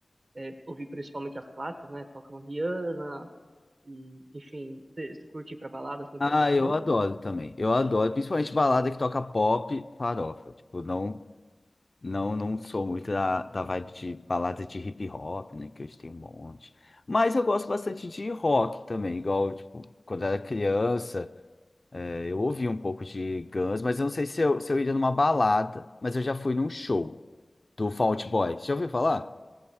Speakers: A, on the right; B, on the left.
A: é, ouvir principalmente as clássicas, né? Tocam Rihanna, e, enfim, você você curte ir pra balada assim
B: Ah,
A: pra escutar
B: eu
A: música?
B: adoro também. Eu adoro, principalmente balada que toca pop, farofa. Tipo, não, não, não sou muito da, da vibe de balada de hip hop, né? Que hoje tem um monte. Mas eu gosto bastante de rock também, igual, tipo, quando era criança, eh, eu ouvia um pouco de Guns, mas eu não sei se eu, se eu iria numa balada, mas eu já fui num show do Fall Out Boy. Você já ouviu falar?